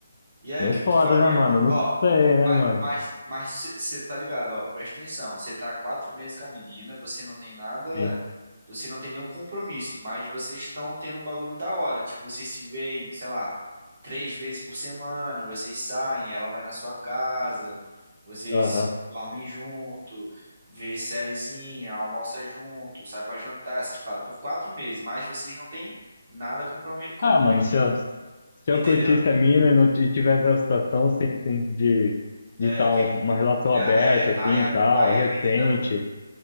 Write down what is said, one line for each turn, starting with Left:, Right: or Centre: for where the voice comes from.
Right: E aí,
Left: Meio
Right: o que
Left: foda,
Right: que tu faria,
Left: né, mano?
Right: mano?
Left: Não
Right: Ó,
Left: sei, né,
Right: mas,
Left: mano?
Right: mas, mas você tá ligado, ó, presta atenção. Você tá há quatro meses com a menina, você não tem nada,
Left: Sim.
Right: você não tem nenhum compromisso, mas vocês estão tendo um bagulho da hora. Tipo, vocês se veem, sei lá, três vezes por semana, vocês saem, ela vai na sua casa, vocês
Left: Aham.
Right: dormem junto, vê sériezinha, almoça junto, sai pra jantar, essas paradas. Por quatro meses, mas vocês não têm nada comprome- comprometido.
Left: Ah, mano, se eu, se
Right: Entendeu?
Left: eu curtisse a mina e não t- e tivesse na situação, sim, sim, de
Right: É,
Left: de tal,
Right: o que.
Left: uma relação
Right: É,
Left: aberta,
Right: é,
Left: assim,
Right: aí a,
Left: e tal,
Right: aí
Left: recente,
Right: a menina.